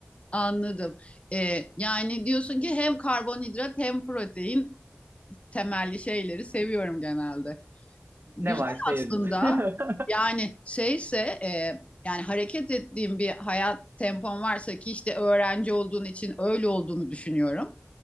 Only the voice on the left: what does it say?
Anladım. E, yani diyorsun ki hem karbonhidrat hem protein temelli şeyleri seviyorum genelde. Güzel
aslında.
Yani şeyse e, yani hareket ettiğim bir hayat tempom varsa ki işte öğrenci olduğun için öyle olduğunu düşünüyorum.